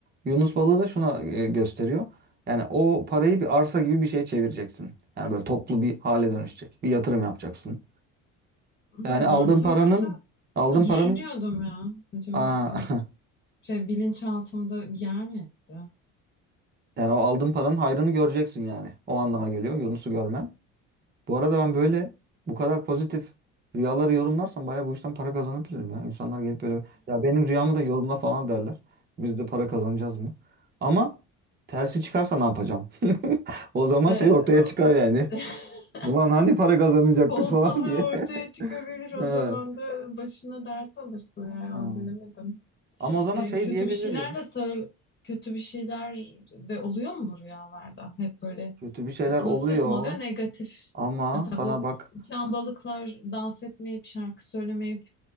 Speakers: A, on the right; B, on the left.
A: Yunus balığı da şuna e, gösteriyor. Yani o parayı bir arsa gibi bir şeye çevireceksin. Yani böyle toplu bir hale dönüşecek. Bir yatırım yapacaksın.
B: Hmm,
A: Yani aldığın
B: arsa
A: paranın
B: varsa
A: aldığın
B: da düşünüyordum
A: paranın
B: ya. Acaba
A: aa,
B: o
A: <laughs>
B: şey bilinçaltımda bir yer mi etti?
A: yani o aldığın paranın hayrını göreceksin yani. O anlama geliyor Yunus'u görmen. Bu arada ben böyle bu kadar pozitif rüyaları yorumlarsam bayağı bu işten para kazanabilirim ya. İnsanlar gelip böyle ya benim rüyamı da yorumla falan derler. Biz de para kazanacağız mı? Ama tersi çıkarsa ne yapacağım? <laughs> O zaman
B: Ee,
A: şey ortaya
B: o-
A: çıkar yani.
B: <laughs>
A: Ulan hani para kazanacaktık
B: kolpalığı
A: falan diye.
B: ortaya
A: <laughs>
B: çıkabilir o
A: Evet.
B: zaman da başına dert alırsın yani
A: Ha.
B: onu bilemedim.
A: Ama o zaman
B: Ee,
A: şey
B: kötü
A: diyebilirim.
B: bir şeyler de söyle kötü bir şeyler de oluyor mu bu rüyalarda? Hep böyle
A: Kötü bir şeyler
B: e, pozitif
A: oluyor
B: mi oluyor negatif?
A: ama
B: Mesela
A: sana
B: bu
A: bak
B: uçan balıklar dans etmeyip şarkı söylemeyip